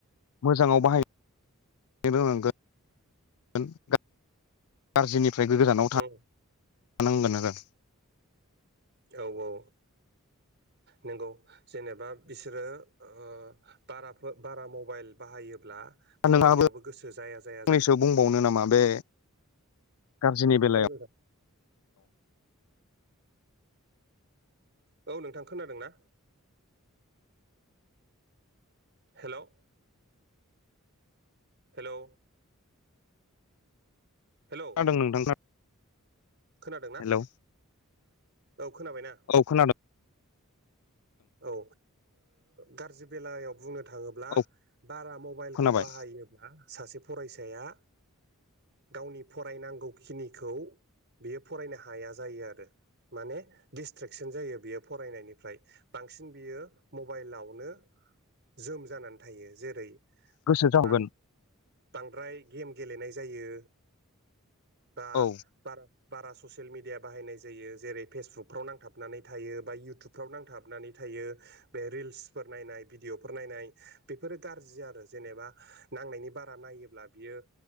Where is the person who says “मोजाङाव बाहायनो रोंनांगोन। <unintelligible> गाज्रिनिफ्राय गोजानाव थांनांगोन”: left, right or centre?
Left